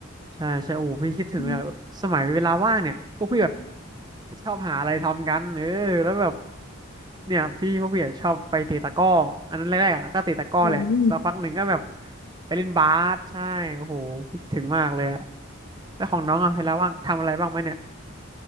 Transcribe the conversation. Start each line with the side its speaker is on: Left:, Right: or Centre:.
Right: ใช่ใช่โอ้พี่คิดถึงเลยอะแบบสมัยเวลาว่างเนี่ยพวกพี่แบบ
Left: อืม
Right: ชอบหาอะไรทำกันเออแล้วแบบเนี่ยพี่พวกพี่อะชอบไปเตะตะกร้ออันนั้นแรกๆอะก็เตะตะกร้อแหละสักพักหนึ่งก็แบบ
Left: อืม
Right: ไปเล่นบาสใช่โอ้โหคิดถึงมากเลยอะแล้วของน้องอะเวลาว่างทำอะไรบ้างไหมเนี่ย